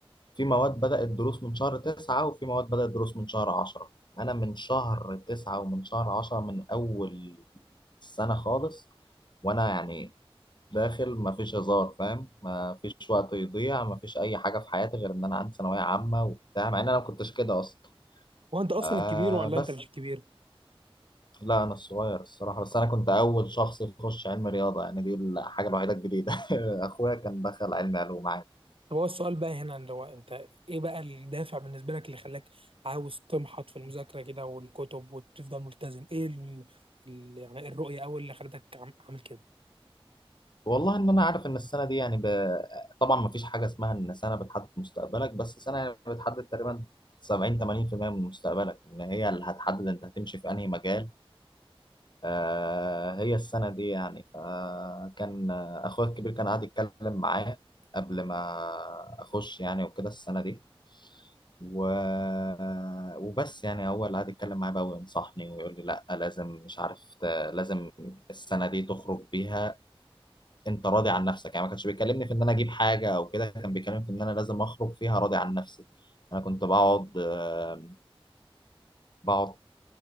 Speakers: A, on the left; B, on the right.
A: في مواد بدات دروس من شهر 9 وفي مواد بدات دروس من شهر 10 انا من شهر 9 ومن شهر 10 من اول السنه خالص وانا يعني داخل ما فيش هزار فاهم ما فيش وقت يضيع ما فيش اي حاجه في حياتي غير ان انا عندي ثانويه عامه وبتاع مع ان انا ما كنتش كده اصلا
B: هو انت اصلا
A: آه
B: الكبير ولا
A: بس
B: انت مش الكبير؟
A: لا انا الصغير الصراحه بس انا كنت اول شخص يخش علم رياضه يعني دي الحاجه الوحيده الجديده <laughs> اخويا كان دخل علم علوم عادي
B: طب هو السؤال بقى هنا اللي هو انت ايه بقى الدافع بالنسبه لك اللي خلاك عاوز تمحط في المذاكره كده والكتب وتفضل ملتزم ايه ال... ال... يعني الرؤيه اول اللي خلتك عم... عامل كده
A: والله ان انا عارف ان السنه دي يعني ب... طبعا ما فيش حاجه اسمها ان سنه بتحدد مستقبلك بس سنه يعني بتحدد تقريبا 70 80% من مستقبلك ان هي اللي هتحدد انت هتمشي في انهي مجال آه هي السنه دي يعني فكان اخويا الكبير كان قاعد يتكلم معايا قبل ما اخش يعني وكده السنه دي و... وبس يعني هو اللي قعد يتكلم معايا بقى وينصحني ويقول لي لا لازم مش عارف ت... لازم السنه دي تخرج بيها انت راضي عن نفسك يعني ما كانش بيكلمني في ان انا اجيب حاجه او كده كان بيكلمني في ان انا لازم اخرج فيها راضي عن نفسي انا كنت بقعد آه، بقعد